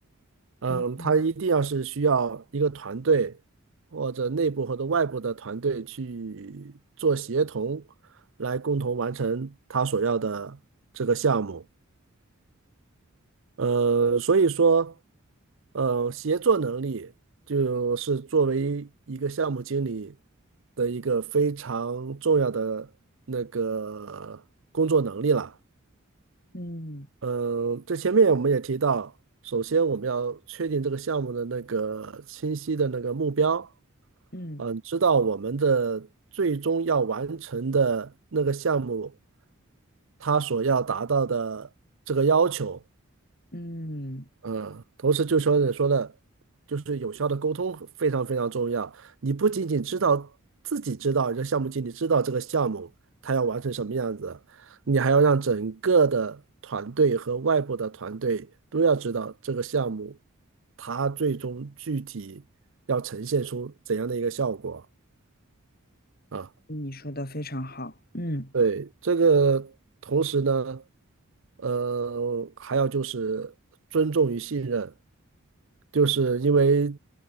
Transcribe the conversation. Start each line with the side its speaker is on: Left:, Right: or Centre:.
Right: 嗯，
Left: 嗯嗯
Right: 他一定要是需要一个团队，或者内部或者外部的团队去做协同，来共同完成他所要的这个项目。呃，所以说，呃，协作能力就是作为一个项目经理的一个非常重要的那个工作能力了。
Left: 嗯
Right: 嗯，这前面我们也提到，首先我们要确定这个项目的那个清晰的那个目标，
Left: 嗯
Right: 嗯，知道我们的最终要完成的那个项目，它所要达到的这个要求。
Left: 嗯，
Right: 嗯，同时就说你说的，就是有效的沟通非常非常重要。你不仅仅知道自己知道这项目经理知道这个项目他要完成什么样子，你还要让整个的团队和外部的团队都要知道这个项目他最终具体要呈现出怎样的一个效果啊。
Left: 你说的非常好。嗯
Right: 对，这个同时呢，呃，还要就是尊重与信任，就是因为